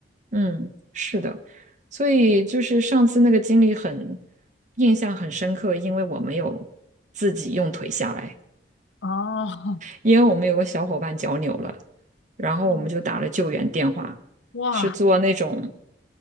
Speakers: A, on the right; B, on the left.
A: 嗯，是的，所以就是上次那个经历很印象很深刻，因为我没有自己用腿下来。
B: 哦，
A: 因为我们有个小伙伴脚扭了，然后我们就打了救援电话，
B: 嗯，哇，
A: 是坐那种